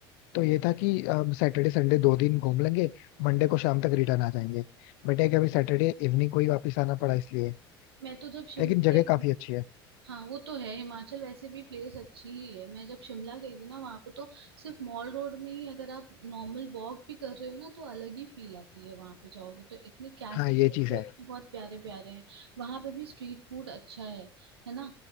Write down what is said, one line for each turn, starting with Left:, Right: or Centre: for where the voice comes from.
Left: तो ये था कि सैटरडे संडे दो दिन घूम लेंगे मंडे को शाम तक रिटर्न आ जाएंगे बट है कि अभी सैटरडे इवनिंग को ही वापस आना पड़ा इसलिए
Right: मैं तो जब शिमला
Left: लेकिन जगह
Right: गई थी
Left: काफी अच्छी है
Right: हाँ वो तो है हिमाचल वैसे भी प्लेस अच्छी ही है मैं जब शिमला गई थी ना वहां पे तो सिर्फ मॉल रोड में ही अगर आप नॉर्मल वॉक भी कर रहे हो ना तो अलग ही फील आती है वहां पे जाओगे तो इतने कैफे
Left: हाँ ये
Right: तो
Left: चीज है
Right: इतने बहुत प्यारे प्यारे हैं वहां पे भी स्ट्रीट फूड अच्छा है है ना